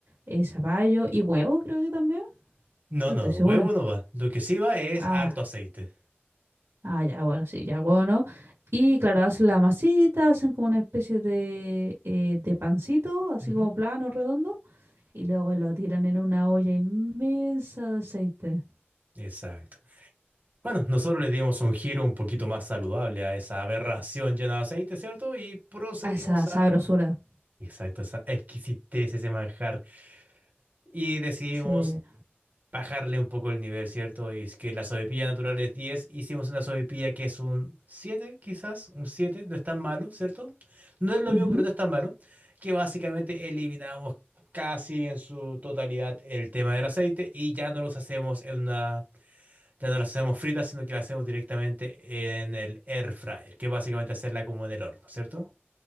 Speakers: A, on the right (about 75°); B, on the right (about 40°).
A: es zapallo y huevo, creo que también.
B: No,
A: No estoy
B: no,
A: segura.
B: huevo no va. Lo que sí va es
A: Ah,
B: harto aceite.
A: ah, ya, bueno, sí, ya huevo, ¿no? Y claro, hacen la masita, hacen como una especie de, eh, de pancito, así
B: Ujú.
A: como plano, redondo, y luego lo tiran en una olla inmensa de aceite.
B: Exacto. Bueno, nosotros le dimos un giro un poquito más saludable a esa aberración llena de aceite, ¿cierto? Y procedimos
A: A esa sabrosura.
B: a... Exacto, esa exquisitez, ese manjar. Y decidimos
A: Sí.
B: bajarle un poco el nivel, ¿cierto? Y es que la sobrepilla natural es 10, hicimos una sobrepilla que es un 7, quizás, un 7, no es tan malo, ¿cierto? No es lo
A: Ujú.
B: mismo, pero no es tan malo, que básicamente eliminamos casi en su totalidad el tema del aceite y ya no los hacemos en una, ya no las hacemos fritas, sino que las hacemos directamente en el air fryer, que básicamente hacerla como en el horno, ¿cierto?